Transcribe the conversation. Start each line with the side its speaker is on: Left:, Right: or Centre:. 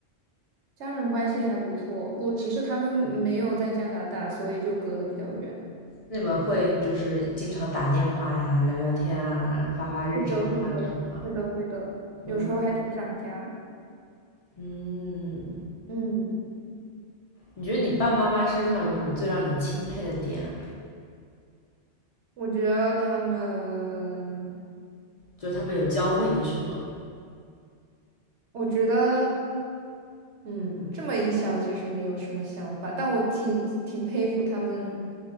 Right: 家人关系还不错，不，只是他们没有在加拿大，所以就隔得比较远。
Left: 那你们会就是经常打电话呀，聊聊天啊，发发日常啊这种吗？
Right: 会的，会的，会的，会的，
Left: 嗯
Right: 有时候还挺想家。
Left: 嗯，
Right: 嗯，
Left: 你觉得你爸爸妈妈身上有什么最让你钦佩的点啊
Right: 我觉得他们，
Left: 就是他们有教会你什么？
Right: 我觉得，嗯，这么一想，其实没有什么想法，但我挺挺佩服他们，